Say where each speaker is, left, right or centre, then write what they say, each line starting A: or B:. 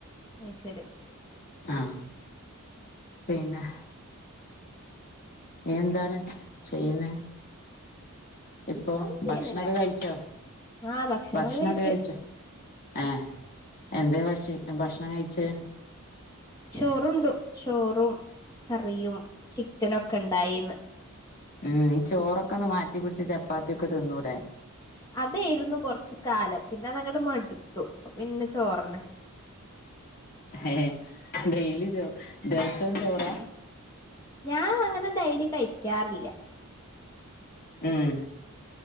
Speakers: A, on the left; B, on the left.
A: അയ്‌ശരി
B: ആഹ് പിന്നെ നി എന്താണ് ചെയ്യുന്നെ ഇപ്പൊ
A: ഇപ്പൊന്നും ചെയ്യുന്നില്ല
B: ഭക്ഷണൊക്കെ കഴിച്ചോ
A: ആഹ്
B: ഭക്ഷണൊക്കെ
A: കഴിച്ച്
B: കഴിച്ചോ ആഹ് എന്തേ ഭക്ഷ ഭക്ഷണംകഴിച്ചേ
A: ചോറുണ്ടു ചോറും കറിയും ചിക്കനൊക്കെണ്ടായീന്ന്
B: ഉം ഈ ചോറൊക്കെന്ന് മാറ്റി പിട്ച്ച് ചപ്പാത്തിയൊക്കെ തിന്നൂടെ
A: അതായിരുന്നു ക്കുറച്ചു കാലം പിന്നെ അതങ് മടുത്തു പിന്നെ ചോറിന്നെ
B: ഏ ഡെലി ചോ ദിവസം ചോറാ
A: ഞാൻ അങ്ങനെ ഡൈലി കഴിക്കാറില്ല
B: ഉം